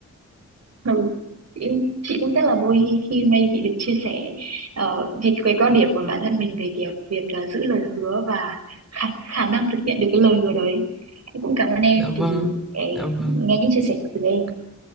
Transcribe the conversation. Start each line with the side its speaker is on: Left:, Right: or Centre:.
Right: Ừ. Chị, chị cũng rất là vui khi, khi hôm nay chị được chia sẻ ờ, việc về quan điểm của bản thân mình về việc, việc ờ, giữ lời hứa và khả, khả năng thực hiện được cái lời hứa đấy. Em Cũng cảm ơn em
Centre: Dạ vâng.
Right: vì ờ,
Centre: Dạ vâng.
Right: nghe những chia sẻ từ em.